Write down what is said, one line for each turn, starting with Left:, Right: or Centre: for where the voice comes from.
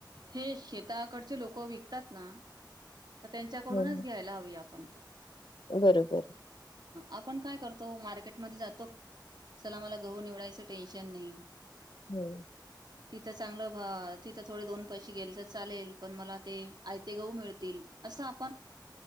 Right: जे शेत ताकडचे लोक विकतात ना, तर त्यांच्याकडूनच
Left: हम्म
Right: घ्यायला हवी आप पंत
Left: बरोबर
Right: आपण काय करतो मार्केटमध्ये जातो चला मला गहू निवडायंच टे चेन्नई
Left: हो
Right: तिथं चांगलं भा तिथं थोडे दोन पैसे गेले तर चालेल पण मला ते आयते गहू मिळतील असं आपण